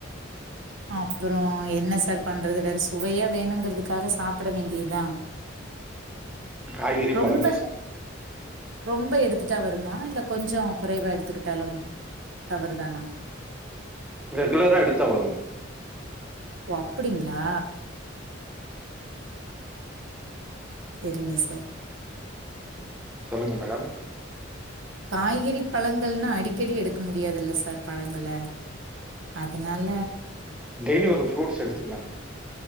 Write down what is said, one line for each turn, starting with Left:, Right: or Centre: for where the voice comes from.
Right: அப்புறம் என்ன சார் பண்றது வேற சுவையா வேணுங்கறதுக்காக சாப்பிட வேண்டியதா
Centre: காய்கறி
Right: ரொம்ப
Centre: பழங்கள் சாப்பிட்டு
Right: ரொம்ப எடுத்து வருமா இல்ல கொஞ்சம் குறைவா எடுத்துக்கிட்டாலும் தவறுதானா
Centre: ரெகுலரா எடுத்தா வருங்க
Right: ஓ அப்படிங்களா சரிங்க சார்
Centre: சொல்லுங்க மேடம்
Right: காய்கறி பழங்கள்னா அடிக்கடி எடுக்க முடியாதுல்ல சார் பழங்க அதனால
Centre: டெய்லி ஒரு ஃப்ரூட்ஸ் எடுத்துகலா